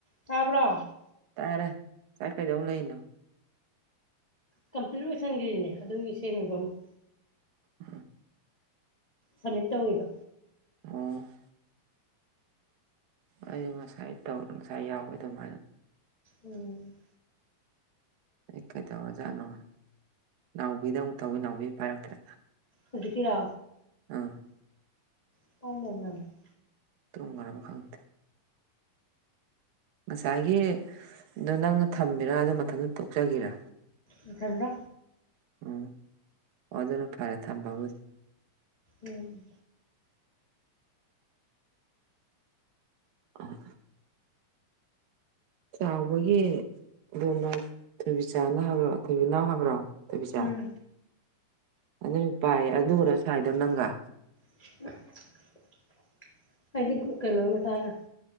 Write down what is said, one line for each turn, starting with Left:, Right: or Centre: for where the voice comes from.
Left: ꯇꯥꯕ꯭ꯔꯥ
Right: ꯇꯥꯔꯦ ꯁꯥꯏꯀꯩꯗꯧꯂꯩꯅꯣ
Left: ꯀꯝꯄ꯭ꯂꯤꯠ ꯑꯣꯏꯁꯟꯒ꯭ꯔꯤꯅꯦ ꯑꯗꯨꯒꯤ ꯁꯦꯝꯃꯤꯕ ꯑꯃꯨꯛ
Right: <inaudible>
Left: ꯁꯝꯃꯤꯠ ꯇꯧꯏꯕ
Right: ꯎꯝ ꯑꯩꯖꯨ ꯉꯁꯥꯏ ꯇꯧꯋꯦ ꯉꯁꯥꯏ ꯌꯥꯏꯑ ꯑꯗꯨꯃꯥꯏꯅ
Left: ꯎꯝ
Right: ꯀꯩꯗꯧꯔ ꯖꯥꯠꯅꯣ ꯅꯥꯎꯕꯤꯗ ꯑꯃꯨꯛ ꯇꯧꯋꯤ ꯅꯥꯎꯕꯤ ꯄꯥꯏꯔꯛꯇ꯭ꯔꯦ
Left: ꯍꯨꯖꯤꯛꯀꯤꯔ
Right: ꯎꯝ
Left: <unintelligible>
Right: ꯇ꯭ꯔꯨꯝꯒꯔꯕ ꯈꯪꯇꯦ ꯉꯁꯥꯏꯒꯤ ꯗꯣ ꯅꯪꯅ ꯊꯝꯃꯤꯔꯥ ꯑꯗꯣ ꯃꯊꯟꯗ ꯇꯣꯛꯆꯒꯤꯔ
Left: ꯃꯊꯟꯗ
Right: ꯎꯝ ꯑꯣꯗꯨ ꯐꯔꯦ ꯊꯝꯕꯕꯨꯗꯤ
Left: ꯎꯝ
Right: ꯑꯥ ꯆꯥꯎꯕꯒꯤ ꯑꯗꯨꯝꯅ ꯊꯣꯏꯕꯤꯆꯥꯅ ꯍꯥꯏꯕ꯭ꯔꯣ ꯊꯣꯏꯕꯤ ꯅꯥꯎ ꯍꯥꯏꯕ꯭ꯔꯣ ꯊꯣꯏꯕꯤꯆꯥ
Left: ꯎꯝ
Right: ꯑꯗꯨꯅꯨ ꯄꯥꯏ ꯑꯗꯨꯔ ꯁꯥꯏꯗꯧ ꯅꯪꯒ꯫
Left: <inaudible> ꯍꯥꯏꯗꯤ ꯀꯩꯅꯣ ꯃꯆꯥꯏꯒ